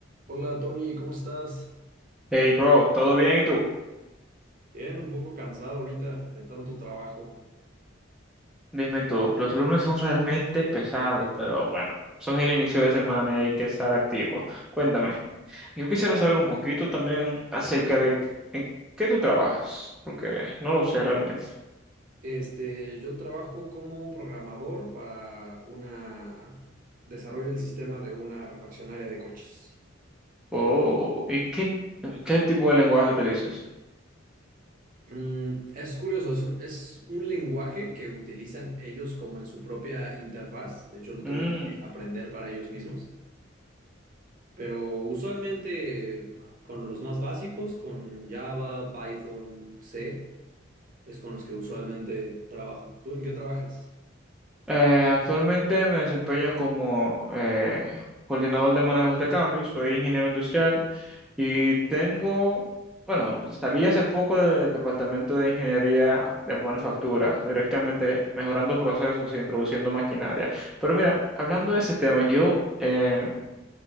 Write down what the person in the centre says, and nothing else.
Hey, bro, ¿todo bien y tú?
Dime tú, los lunes son realmente pesados, pero bueno, son el inicio de semana y hay que estar activos. Cuéntame, yo quisiera saber un poquito también acerca de en qué tú trabajas, porque no lo sé realmente.
Oh, ¿y qué, qué tipo de lenguaje utilizas?
Mm.
Eh, actualmente me desempeño como eh, coordinador de manejos de cambios, soy ingeniero industrial y tengo, bueno, salí hace poco del departamento de ingeniería de manufactura, directamente mejorando procesos y introduciendo maquinaria. Pero mira, hablando de ese tema, yo eh,